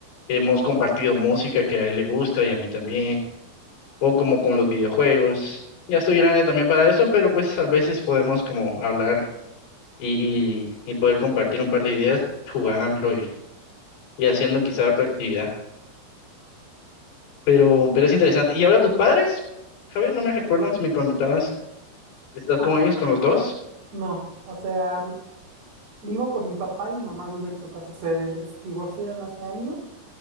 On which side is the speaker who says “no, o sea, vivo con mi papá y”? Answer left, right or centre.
Right